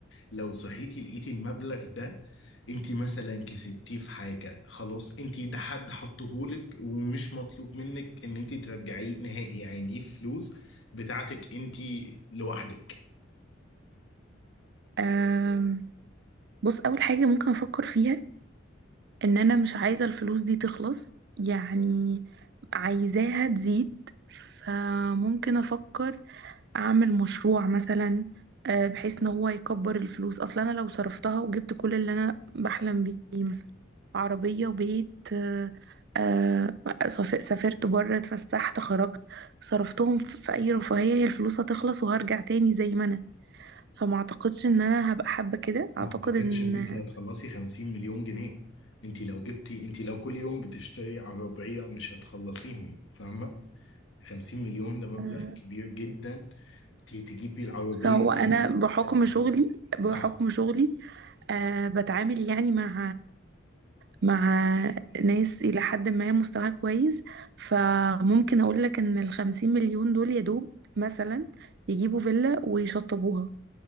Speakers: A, on the left; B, on the right.
A: لو صحيتي لقيتي المبلغ ده انت مثلا كسبتيه في حاجة خلاص انت ده حد حطهولك ومش مطلوب منك ان انت ترجعيه نهائي يعني دي فلوس بتاعتك انت لوحدك
B: آم، بص اول حاجة ممكن افكر فيها ان انا مش عايزة الفلوس دي تخلص يعني عايزاها تزيد فممكن افكر اعمل مشروع مثلا آه، بحيث ان هو يكبر الفلوس اصلا انا لو صرفتها وجبت كل اللي انا بحلم بيه مثلا عربية وبيت آه، آه، سف- سافرت بره اتفسحت خرجت صرفتهم في في اي رفاهية هي الفلوس هتخلص وهرجع تاني زي ما انا فما اعتقدش ان انا هبقى حابة كده
A: ما
B: اعتقد
A: اعتقدش
B: ان
A: ان انت هتخلصي 50 مليون جنيه انت لو جبتي انت لو كل يوم بتشتري عربية مش هتخلصيهم فاهمة 50 مليون ده مبلغ
B: آه،
A: كبير جدا ت- تجيب بيه العربية
B: هو
A: اللي
B: انا
A: انت
B: بحكم
A: بتحلم بيها
B: شغلي بحكم
A: اه
B: شغلي آه، بتعامل يعني مع مع ناس إلى حد ما مستواها كويس فممكن أقول لك إن الخمسين مليون دول يا دوب مثلا يجيبوا فيلا ويشطبوها